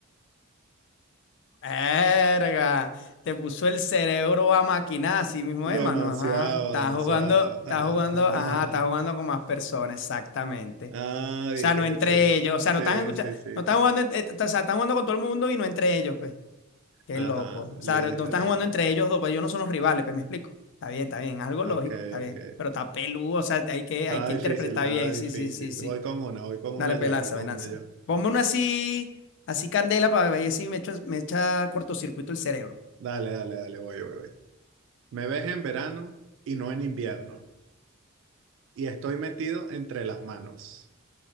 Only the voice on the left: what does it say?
Erga, te puso el cerebro a maquinar, así mismo,
hermano. Ajá. Estás
jugando, estás
jugando, ajá, estás jugando con más personas, exactamente.
O
sea, no
entre
ellos, o sea,
no están escuchando,
no están jugando, ent- eh, o sea, están jugando con todo el mundo y no entre ellos, pues. Qué
loco. O
sea, no están
jugando entre ellos dos, pero ellos no son los rivales, pues me explico. Está bien, está bien, algo
lógico, está bien.
Pero está peludo, o sea, hay que,
hay que
interpretar
bien.
Sí, sí, sí, sí.
Dale, pues
lanza,
me lanza.
Ponme una así, así candela para ver si me echa, me echa cortocircuito el cerebro.